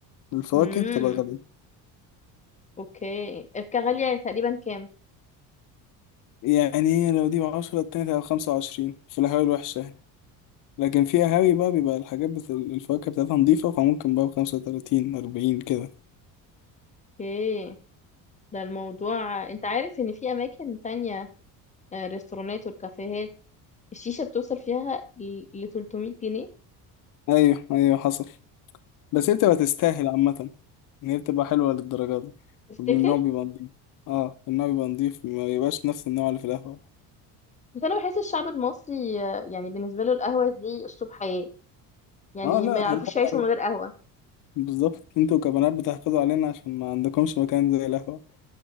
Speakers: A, on the left; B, on the left.
A: الفواكه
B: مم.
A: بتبقى غاليه
B: اوكي الكحة غالية يعني تقريبا كام
A: يعني إيه؟ لو دي بعشرة التانية تبقى بخمسة وعشرين في القهاوي الوحشة يعني. لكن في قهاوي بقى بيبقى الحاجات بت... الفواكه بتاعتها نضيفة فممكن بقى بخمسة وتلاتين أربعين كده
B: اوكي ده الموضوع انت عارف ان في اماكن تانية آه، ريستورانات والكافيهات الشيشة بتوصل فيها ل ل 300 جنيه
A: أيوه أيوه حصل بس هي بتبقى تستاهل عامة إن هي بتبقى حلوة للدرجة دي
B: تفتكر
A: والنوع بيبقى نضيف اه النوع بيبقى نضيف ما بيبقاش نفس النوع اللي في القهوة
B: بس انا بحس الشعب المصري آه، يعني بالنسبه له القهوه دي اسلوب حياه يعني
A: اه لا
B: ما يعرفوش
A: أنا
B: يعيشوا
A: عارف.
B: من غير قهوه
A: بالظبط انتوا كبنات بتحقدوا علينا عشان ما عندكمش مكان زي القهوة